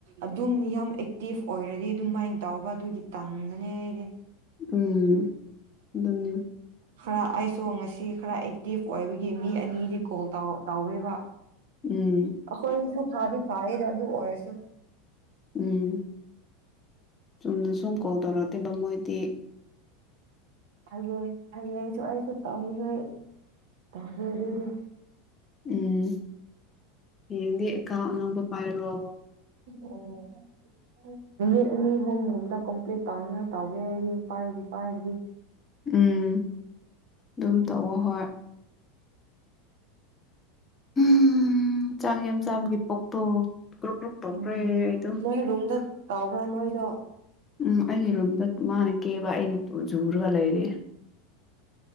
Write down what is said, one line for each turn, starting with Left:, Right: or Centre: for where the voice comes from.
Right: ꯑꯗꯨꯝ ꯌꯥꯝ ꯑꯦꯛꯇꯤꯚ ꯑꯣꯏꯔꯗꯤ ꯑꯗꯨ ꯃꯥꯏꯅ ꯇꯥꯎꯕ ꯑꯗꯨꯒꯤ ꯇꯕꯅꯦ ꯑꯩꯗꯤ
Left: ꯎꯝ ꯑꯗꯨ
Right: ꯈꯔ ꯑꯩꯁꯨ ꯉꯁꯤ ꯈꯔ ꯑꯦꯛꯇꯤꯚ ꯑꯣꯏꯕꯒꯤ ꯃꯤ ꯑꯅꯤ ꯀꯣꯜ ꯇꯧꯋꯦꯕ
Left: ꯎꯝ
Right: ꯑꯩꯈꯣꯏꯒꯤꯁꯨ ꯐꯥꯗꯤ ꯐ ꯑꯗꯨꯥ ꯑꯗꯨ ꯑꯣꯏꯔꯁꯨ
Left: ꯎꯝ ꯆꯨꯝꯅ ꯁꯨꯝ ꯀꯣꯜ ꯇꯧꯔꯛꯑꯀꯦꯕ ꯃꯣꯏꯗꯤ
Right: ꯑ ꯑꯁꯨ ꯑꯩꯁꯨ ꯇꯉ ꯇꯗꯤ
Left: ꯎꯝ ꯌꯦꯗꯦ ꯀ ꯑꯕ ꯄꯥꯏꯔꯣ
Right: ꯑꯣ ꯅꯨꯃꯤꯠ ꯑꯅꯤ ꯑꯍꯨꯝꯒꯨꯝꯗ ꯀꯝꯄ꯭ꯂꯤꯠ ꯇꯧꯅꯤꯡꯉꯥꯏ ꯇꯧꯒꯦ ꯑꯩꯗꯤ ꯄꯥꯏꯕꯨ ꯄꯥꯏꯔꯕꯤ
Left: ꯎꯝ ꯑꯗꯨꯝ ꯇꯧꯋ ꯍꯣꯏ ꯎꯝ ꯆꯥꯛ ꯌꯥꯝ ꯆꯥꯕꯒꯤ ꯄꯣꯛꯇꯣ ꯀ꯭ꯔꯨꯛ ꯀ꯭ꯔꯨꯛ ꯇꯧꯈ꯭ꯔꯦ
Right: ꯎꯝ
Left: ꯑꯩꯗꯣ
Right: ꯅ ꯔꯨꯝꯝꯗ ꯀꯥꯎꯕ꯭ꯔꯥ ꯅꯣꯏꯗꯣ
Left: ꯎꯝ ꯑꯩꯒꯤ ꯔꯨꯝꯗ ꯃꯥꯅ ꯀꯦꯕ ꯑꯩꯅ ꯖꯨꯔꯒ ꯂꯩꯔꯦ